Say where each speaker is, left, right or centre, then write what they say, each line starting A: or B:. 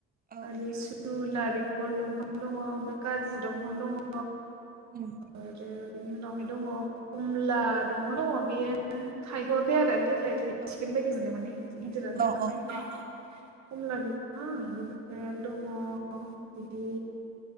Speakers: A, on the right (about 30°); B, on the right (about 65°).
A: औ औ
B: लिसु, नारिखल दंफां दङ ओमफ्राय काजि दंफां दं।
A: उम
B: आरो बिनि उनावहाय दङ कमला दंफां' दङ बियो थायथ'वाखै आरो। देग्लाय थायसिगोन
A: औ
B: बायदि मोन्दों माने गिदिरानो
A: औ
B: जाबाय। ‌ कमला बिफां बिनिफ्राय आरो दङ बिदि